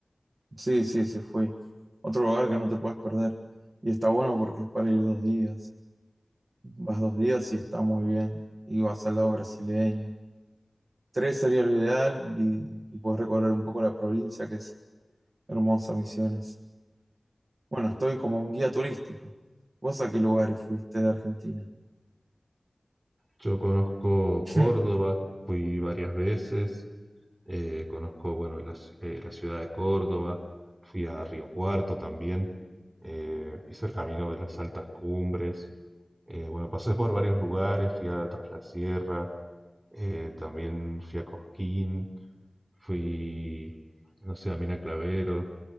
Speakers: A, on the right; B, on the right.
A: Sí, sí, sí, fui. Otro lugar que no te puedes perder. Y está bueno porque es para ir dos días. Vas dos días y está muy bien. Y vas al lado brasileño. Tres sería lo ideal y, y puedes recorrer un poco la provincia, que es hermosa, Misiones. Bueno, estoy como un guía turístico. ¿Vos a qué lugares fuiste de Argentina?
B: Yo conozco
A: <laughs>
B: Córdoba, fui varias veces, eh, conozco, bueno, la, ci- eh, la ciudad de Córdoba, fui a Río Cuarto también, eh, hice el camino de las altas cumbres, eh, bueno, pasé por varios lugares, fui a Tras la Sierra, eh, también fui a Cosquín, fui, no sé, a Mina Clavero,